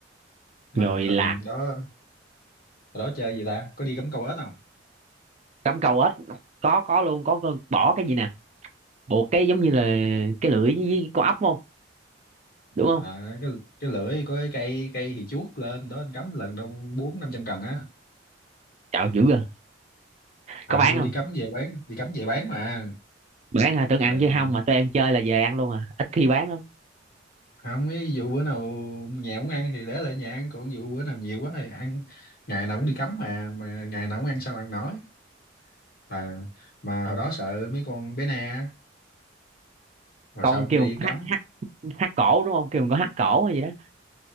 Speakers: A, on the left; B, on the right.
A: mà
B: rồi
A: thường
B: lạc
A: đó hồi đó chơi gì ta có đi cắm câu ếch không
B: cắm câu ếch có có luôn có con bỏ cái gì nè buộc cái giống như là cái lưỡi với con ốc không đúng không
A: à, cái cái lưỡi có cái cây cây thì chuốt lên đó anh cắm lần đâu bốn năm trăm cần á
B: trời dữ rồi
A: ừ
B: có bán không
A: đi cắm về bán đi cắm về bán mà
B: bán hả tưởng
A: rồi
B: ăn chứ không mà tụi em chơi là về ăn luôn à ít khi bán lắm
A: không ví dụ bữa nào nhà muốn ăn thì để lại nhà ăn còn dụ bữa nào nhiều quá thì ăn ngày nào cũng đi cắm mà mà ngày nào cũng ăn sao ăn nói à, mà hồi đó sợ mấy con bé nè rồi
B: con
A: xong
B: kêu
A: đi
B: con
A: cắm
B: hát hát hát cổ đúng không kêu con có hát cổ hay gì đó